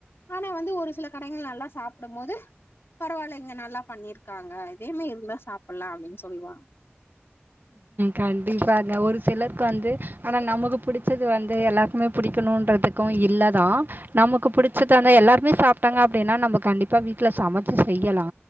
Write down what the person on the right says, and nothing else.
கண்டிப்பாங்க ஒரு சிலருக்கு வந்து ஆனா நமக்கு புடிச்சது வந்து எல்லாருக்குமே புடிக்கணுன்றது க்கு இல்லதா நமக்கு புடுச்சதான எல்லாருமே சாப்ட்டாங்க அப்டின்னா நம்ம கண்டிப்பா வீட்ல சமைச்சு செய்யலா